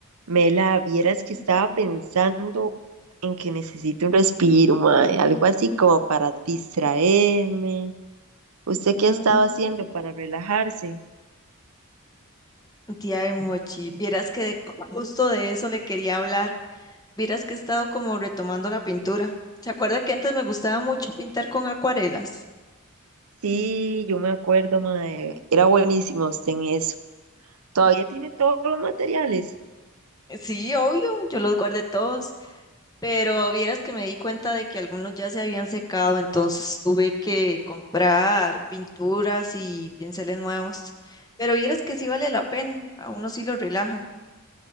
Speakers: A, on the right; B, on the left.
A: Mela, vieras que estaba pensando en que necesito un respiro, mae, algo así como para distraerme. ¿Usted qué ha
B: Mm,
A: estado haciendo para relajarse?
B: Tía de Mochi, vieras que justo de eso le quería hablar. Vieras que he estado como retomando la pintura. ¿Se acuerda que antes me gustaba mucho pintar con acuarelas?
A: Sí, yo me acuerdo, mae, era buenísimo usted en eso. ¿Todavía tiene todos los materiales?
B: Sí, obvio, yo los guardé todos. Pero vieras que me di cuenta de que algunos ya se habían secado, entonces tuve que comprar pinturas y pinceles nuevos. Pero vieras que sí vale la pena, a uno sí lo relaja.